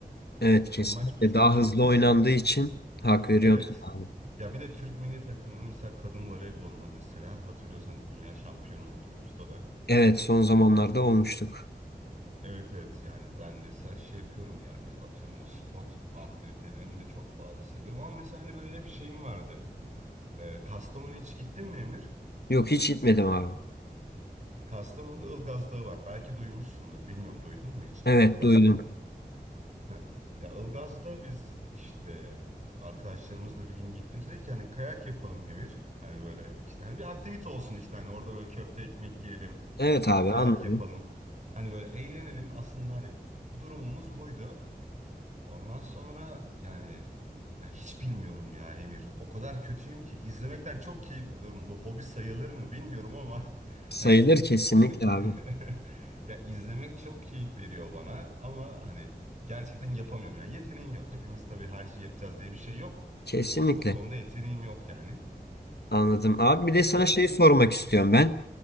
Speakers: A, on the left (about 80°); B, on the right (about 45°).
A: Evet kesinlikle
B: Hani maç uz,
A: daha
B: uz
A: hızlı oynandığı için hak veriyorsun
B: Evet.
A: abi.
B: Ya bir de Türk milli takımının mesela kadın voleybolunu mesela hatırlıyorsan dünya şampiyonu olduğumuzda da
A: Evet son zamanlarda olmuştuk.
B: Evet evet yani ben mesela şey yapıyorum yani atıyorum o spot aktivitelerini de çok fazla seviyorum ama mesela hani böyle hep şeyim vardı. Ee, Kastamonu'ya hiç gittin mi Emir?
A: Yok hiç gitmedim abi.
B: Kastamonu'da Ilgaz Dağı var. Belki duymuşsundur. Bilmiyorum duydun mu hiç
A: Evet
B: Ilgaz
A: duydum.
B: Dağı'nı? Heh. Ya Ilgaz'da biz işte arkadaşlarımızla bir gün gittiğimizde dedik ki hani kayak yapalım Emir. Hani böyle işte hani bir aktivite olsun işte hani orada böyle köfte ekmek yiyelim.
A: Evet abi
B: Bir kayak
A: anladım.
B: yapalım. Hani böyle eğlenelim aslında hani durumumuz buydu. Ondan sonra yani ya hiç bilmiyorum ya Emir. O kadar kötüyüm ki izlemekten çok keyif alıyorum. Bu hobi sayılır mı bilmiyorum ama <laughs>
A: Sayılır
B: hani
A: kesinlikle
B: bunu
A: abi.
B: <laughs> ya izlemek çok keyif veriyor bana ama hani gerçekten yapamıyorum. Yani yeteneğim yok. Hepimiz tabii her şeyi yapacağız diye bir şey yok.
A: Kesinlikle
B: Bu konuda yeteneğim yok yani.
A: anladım. Abi bir de sana
B: Öyle
A: şey
B: bir...
A: sormak istiyorum ben.